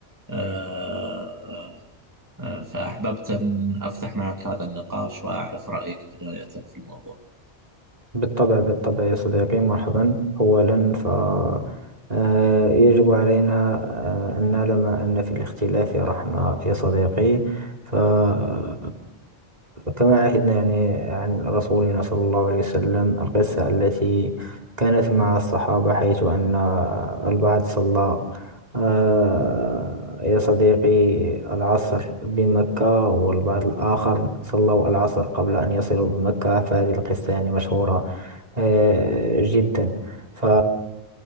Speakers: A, on the right; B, on the right.
A: آه، آه، فأحببت أن أفتح معك هذا النقاش وأعرف رأيك بداية في الموضوع
B: بالطبع بالطبع يا صديقي مرحبا أولا ف آه، يجب علينا آه، أن نعلم أن في الاختلاف رحمة يا صديقي ف آه، كما عهدنا يعني عن رسولنا صلى الله عليه وسلم القصة التي كانت مع الصحابة حيث أن البعض صلى آه، يا صديقي العصر بمكة والبعض الآخر صلوا العصر قبل أن يصلوا بمكة فهذه القصة يعني مشهورة آه، جدا ف